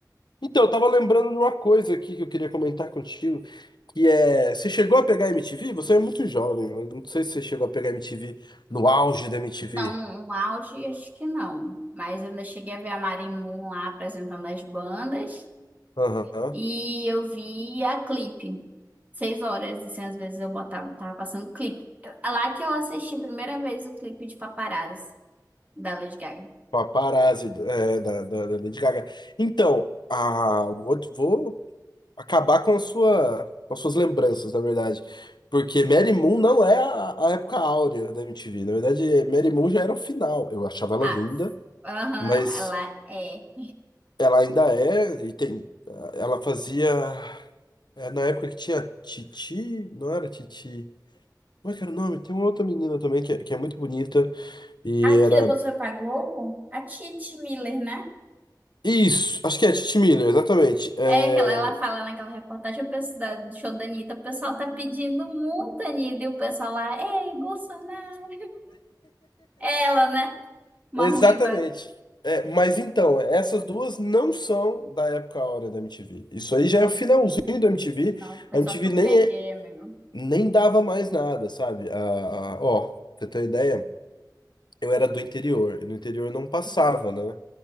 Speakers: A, on the left; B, on the right.
A: Então, eu tava lembrando de uma coisa aqui que eu queria comentar contigo. Que é. Você chegou a pegar MTV? Você é muito jovem. eu Não sei se você chegou a pegar MTV no auge da MTV.
B: Não, no, no auge acho que não. Mas eu ainda cheguei a ver a Marimun lá apresentando as bandas.
A: Aham.
B: E eu vi a clipe. Seis horas, assim, às vezes eu botava, tava passando clipe. É Lá que eu assisti a primeira vez o clipe de Paparazzi, da Lady Gaga.
A: Paparazzi, é, da, da, da Lady Gaga. Então, ah, vou, vou acabar com a sua, com as suas lembranças, na verdade. Porque Mary Moon não é a, a época áurea da MTV. Na verdade, Mary Moon já era o final. Eu achava ela
B: Ah,
A: linda,
B: aham,
A: mas
B: ela é.
A: ela ainda é. E tem, ela fazia. é, na época que tinha Titi. Não era Titi. Como é que era o nome? Tem uma outra menina também que é, que é muito bonita e
B: Aqui
A: era.
B: depois foi pra Globo? A Titi Miller, né?
A: Isso! Acho que é a Titi Miller, exatamente. É,
B: É que ela, ela fala naquela reportagem o pessoal da- do show da Anitta, o pessoal tá pedindo muito, Anitta, e o pessoal lá, ei, Bolsonaro. É Ela, né? Uma
A: Exatamente.
B: ruiva.
A: É, mas então, essas duas não são da época áurea da MTV. Isso aí já é o finalzinho da MTV.
B: Não, foi
A: A MTV
B: só que eu
A: nem,
B: peguei,
A: é,
B: amigo.
A: nem dava mais nada, sabe? A, a- ó, pra você ter uma ideia, eu era do interior. E no interior não passava,
B: Uhum.
A: né?